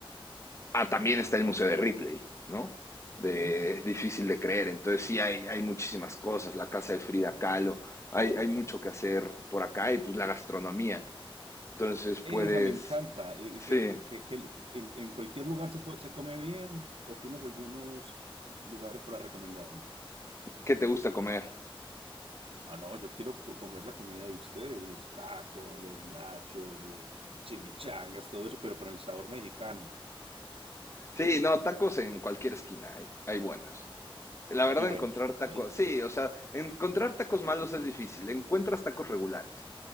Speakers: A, on the left; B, on the right.
A: ah, también está el Museo de Ripley, ¿no? De,
B: Mm.
A: es difícil de creer, entonces sí hay, hay muchísimas cosas, la casa de Frida Kahlo, hay, hay mucho que hacer por acá y pues la gastronomía, entonces puedes,
B: Esa me encanta, eh,
A: sí,
B: que, que- que- que- que en, en cualquier lugar se puede, se come bien o tienes algunos lugares para recomendarme.
A: ¿Qué te gusta comer?
B: Ah, no, yo quiero co- comer la comida de ustedes, los tacos, los nachos, los chimichangas, todo eso, pero con el sabor mexicano.
A: Sí, no, tacos en cualquier esquina hay, hay buenos. La verdad,
B: Y buenos,
A: encontrar
B: ok,
A: tacos, sí, o sea, encontrar tacos malos es difícil, encuentras tacos regulares